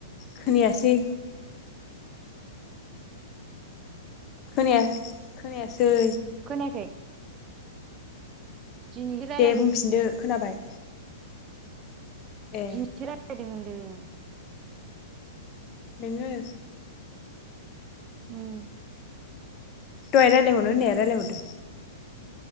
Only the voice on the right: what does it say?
खोनायाखै। दिनैसो रायलायदों
दिनिसो राय दों होन्दों।
उम्म।